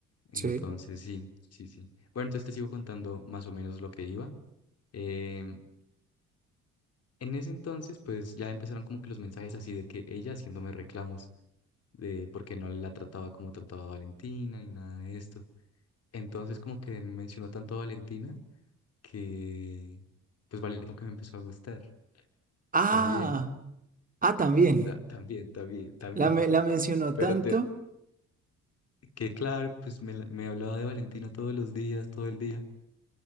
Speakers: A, on the left (about 55°); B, on the right (about 25°).
A: Entonces,
B: sí.
A: sí, sí, sí. Bueno, entonces te sigo contando más o menos lo que iba. Em, en ese entonces, pues ya empezaron como que los mensajes así de que ella haciéndome reclamos de por qué no la trataba como trataba a Valentina ni nada de esto. Entonces como que mencionó tanto a Valentina que pues Valentina como que me empezó a gustar
B: Ah,
A: también.
B: ah, también.
A: Da- También, también, también.
B: La, me- la mencionó
A: Pero
B: tanto.
A: te, que claro, pues me, la- me hablaba de Valentina todos los días, todo el día.